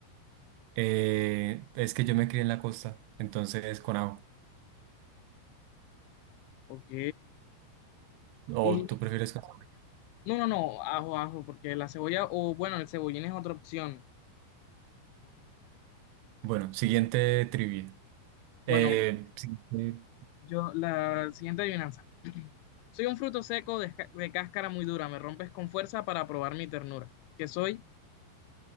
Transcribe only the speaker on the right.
Eh, es que yo me crié en la costa, entonces con ajo.
¿O tú prefieres con ajo?
Bueno, siguiente trivia.
Eh, siguiente,